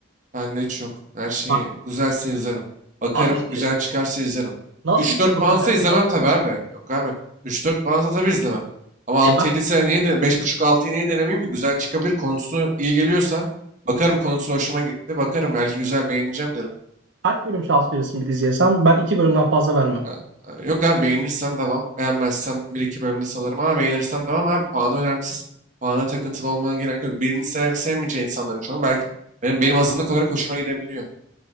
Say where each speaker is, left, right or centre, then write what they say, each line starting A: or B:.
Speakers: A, on the right (about 40°); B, on the right (about 70°).
A: Bende hiç yok. Her şeyi
B: Bak,
A: güzelse izlerim. Bakarım.
B: abi işte
A: Güzel çıkarsa izlerim.
B: nasıl
A: Üç
B: işte
A: dört
B: bakacaksın
A: puansa izlemem
B: abi?
A: tabii abi. Yok abi. Üç dört puansa tabii izlemem. Ama altı
B: E bak
A: yedi ise niye de beş buçuk 6yı niye denemeyeyim ki? Güzel çıkabilir. Konusu iyi geliyorsa. Bakarım konusu hoşuma gitti. Bakarım belki güzel beğeneceğim derim.
B: kaç bölüm şans verirsin bir diziye sen? Ben iki bölümden fazla vermem.
A: Ha, e, Yok abi beğenirsem devam. Beğenmezsem bir iki bölümde salarım ama beğenirsem devam abi. Puanı önemsiz. Puana takıntılı olmana gerek yok. Birini sev sevmeyeceği insanların çoğunu belki benim, benim azınlık olarak hoşuma gidebiliyor.